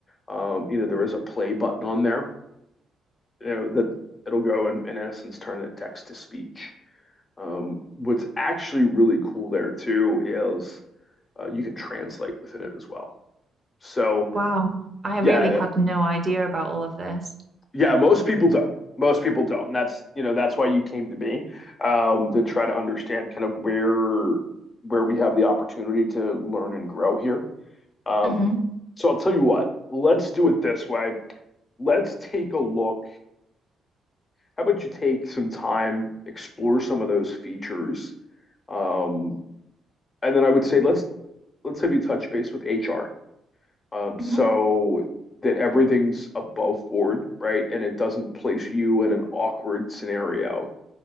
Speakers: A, on the left; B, on the right.
A: Um, you know, there is a play button on there you know that it'll go and in essence turn it text to speech. Um, what's actually really cool there too is uh, you can translate within it as well. So
B: wow. I
A: yeah,
B: really had no idea about all of this.
A: yeah, most people don't. Most people don't, and that's you know that's why you came to me um, to try to understand kind of where where we have the opportunity to learn and grow here. Um,
B: hmm
A: so I'll tell you what, let's do it this way. Let's take a look. How about you take some time, explore some of those features Um, and then I would say let's let's have you touch base with HR, um, so
B: hmm
A: that everything's above board, right? And it doesn't place you in an awkward scenario.